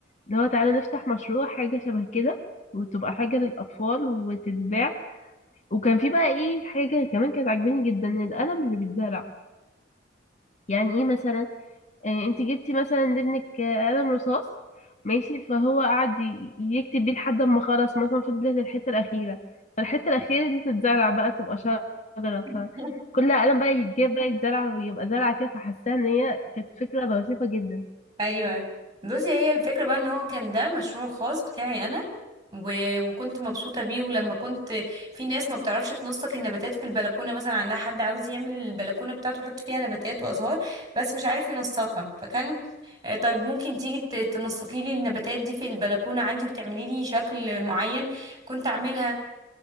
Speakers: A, on the left; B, on the right.
A: اللي هو تعالى نفتح مشروع حاجة شبه كده وتبقى حاجة للأطفال وتتباع وكان في بقى ايه حاجة كمان كانت عاجباني جدا القلم اللي بيتزرع يعني ايه مثلا آه، انت جبتي مثلا لابنك آه، قلم رصاص ماشي فهو قعد ي- يكتب بيه لحد ما خلص مثلا فضلت الحته الاخيره فالحته الاخيره دي تتزرع بقى تبقى شجره
B: <laughs>
A: فكل قلم بقى يتجاب بقى يتزرع ويبقى زرعه كده فحاساها ان هي كانت فكره لطيفه جدا
B: ايوه بصي هي الفكره بقى ان هو كان ده مشروع خاص بتاعي انا و... وكنت مبسوطه بيه ولما كنت في ناس ما بتعرفش تنسق النباتات في البلكونه مثلا عندها حد عاوز يعمل البلكونه بتاعته يحط فيها نباتات وازهار بس مش عارف ينسقها فكان آه، طيب ممكن تيجي ت- تنسقي لي النباتات دي في البلكونه عندي وتعملي لي شكل معين كنت اعملها